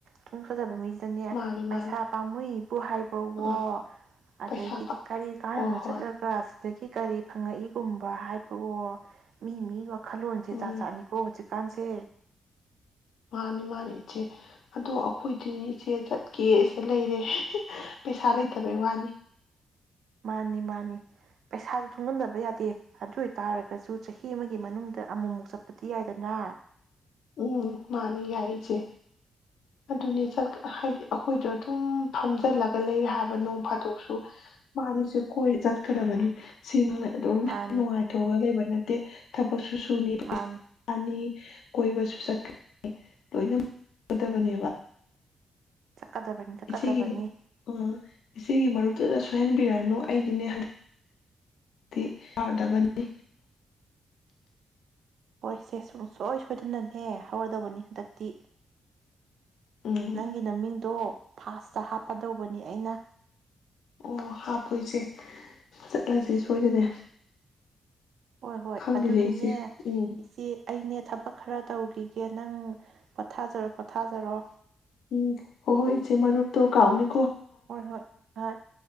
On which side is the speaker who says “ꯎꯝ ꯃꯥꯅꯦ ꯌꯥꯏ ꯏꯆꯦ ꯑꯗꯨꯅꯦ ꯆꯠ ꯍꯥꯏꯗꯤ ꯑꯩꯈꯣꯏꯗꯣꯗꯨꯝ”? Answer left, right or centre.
Left